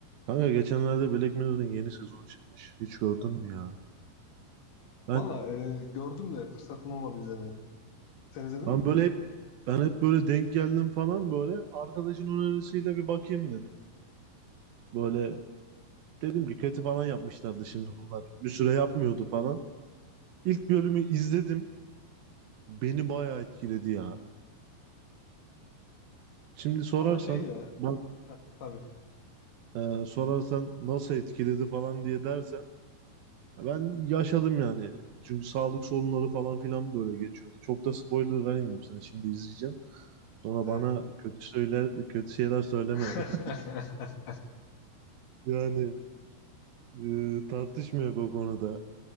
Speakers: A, on the right; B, on the left.
A: Kanka geçenlerde Black Mirror'ın yeni sezonu çıkmış. Hiç gördün mü ya? Ben
B: Valla e, gördüm de fırsatım olmadı izlemeye. Sen izledin
A: ben
B: mi?
A: böyle hep ben hep böyle denk geldim falan böyle arkadaşın önerisiyle bir bakayım dedim. Böyle dedim ki kötü falan yapmışlardı şimdi bunlar. Bir süre yapmıyordu falan. İlk bölümü izledim. Beni bayağı etkiledi ya. Şimdi sorarsan
B: Ama şey ya.
A: bak
B: Heh, tabii.
A: e, sorarsan nasıl etkiledi falan diye dersen Ben yaşadım yani. Çünkü sağlık sorunları falan filan böyle geçiyordu. Çok da spoiler vermeyeyim sana. Şimdi izleyeceğim. Sonra
B: Evet.
A: bana kötü söyler, kötü şeyler söyleme.
B: <laughs>
A: <laughs> Yani e, tartışmıyor o konuda.